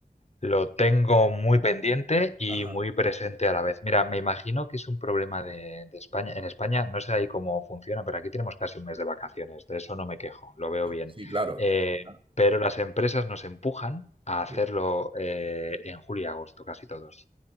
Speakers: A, on the left; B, on the right.
A: Lo tengo muy pendiente y
B: Ajá.
A: muy presente a la vez. Mira, me imagino que es un problema de, de España. En España no sé ahí cómo funciona, pero aquí tenemos casi un mes de vacaciones, de eso no me quejo, lo veo bien.
B: Sí, claro.
A: Eh,
B: Ah,
A: pero las empresas nos empujan a hacerlo
B: sí.
A: eh, en julio y agosto, casi todos.